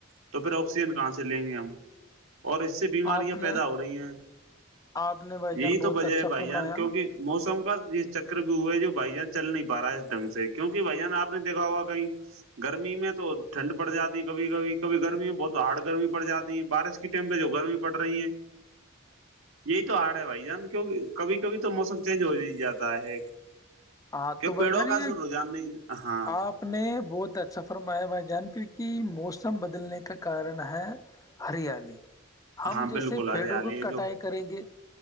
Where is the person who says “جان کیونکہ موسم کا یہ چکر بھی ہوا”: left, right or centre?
Right